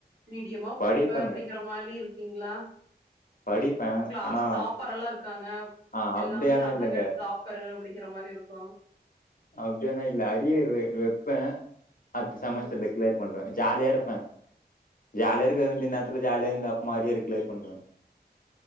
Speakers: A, on the right (about 80°); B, on the left (about 55°).
A: மீடியமா
B: படிப்பேங்க
A: படிப்பே அப்டிங்கற மாரி இரு ங்ளா
B: படிப்பே
A: க்ளாஸ்
B: ஆனா
A: டாப்பரெல்லா இருக்காங்க
B: ஆ
A: எல்லாமே
B: அப்டியானா
A: நாந்தாங்க
B: இல்லங்க
A: டாப் பரு அப்டிங்கிற மாரிருக்கு
B: அப்டி யொன்னுயில்ல அரியரு வெ வெப்பே அட்த்த செமஸ்டர்ல
A: ம்
B: க்ளியிர் பண்றே ஜாலியா இருப்பே ஜாலியா இருக்க வேண்டிய இந்த நேர்த்துல ஜாலியா இந் அப் மாரியே க்ளியர் பண்றே